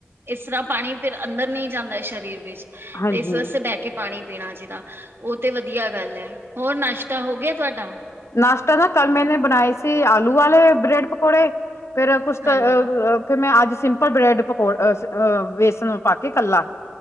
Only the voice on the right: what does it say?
ਇਸਰ੍ਹਾਂ ਪਾਣੀ ਫਿਰ ਅੰਦਰ ਨਈ ਜਾਂਦਾ ਸਰੀਰ ਵਿੱਚ।
ਬੈ ਕੇ ਪਾਣੀ ਪੀਣਾ ਚੀਦਾ। ਓ ਤੇ ਵਧੀਆ ਗੱਲ ਐ। ਹੋਰ ਨਾਸ਼ਤਾ ਹੋ ਗਿਆ ਤੁਆਡਾ?
ਹਾਂਜੀ